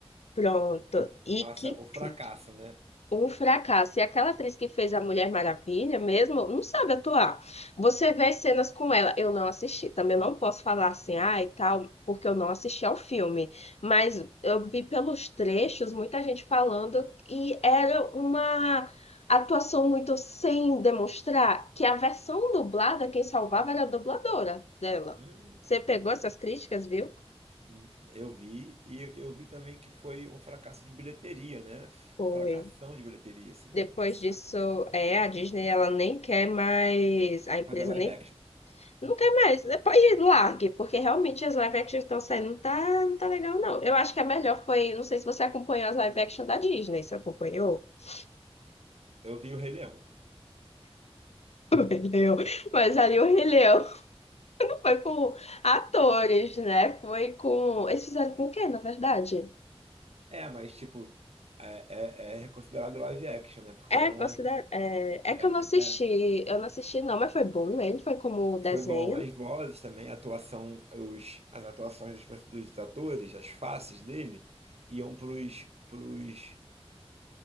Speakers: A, on the left; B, on the right.
A: Pronto. E
B: Nossa,
A: que
B: o fracasso,
A: crítica.
B: né?
A: Um fracasso. E aquela atriz que fez a Mulher Maravilha mesmo não sabe atuar. Você vê as cenas com ela. Eu não assisti. Também não posso falar assim, ah, e tal, porque eu não assisti ao filme. Mas eu vi pelos trechos muita gente falando e era uma atuação muito sem demonstrar que a versão dublada, quem salvava era a dubladora dela.
B: Hum,
A: Você pegou essas críticas, viu?
B: hum. Eu vi, e eu vi também que foi um fracasso de bilheteria, né?
A: Foi.
B: Um fracasção de bilheteria, assim,
A: Depois
B: fracassaço.
A: disso, é, a Disney ela nem quer mais, a empresa
B: Mas é live
A: nem
B: action.
A: Não quer mais. Depois largue, porque realmente as live action que estão saindo não tá, não tá legal, não. Eu acho que a melhor foi. Não sei se você acompanhou as live action da Disney, você acompanhou? <laughs>
B: Eu vi o Rei Leão.
A: O Rei Leão. Mas ali o Rei Leão <laughs> não foi com atores, né? Foi com. Eles fizeram com o quê, na verdade?
B: É, mas, tipo, é, é, é reconsiderado live action, né? Porque
A: É,
B: era
A: considera...
B: uma.
A: é, é
B: É,
A: que eu não assisti.
B: né?
A: Eu não assisti, não, mas foi bom. né? Ele foi como desenho.
B: Foi bom. As vozes também, a atuação, os, as atuações dos, perso- dos atores, as faces dele, iam pros, pros,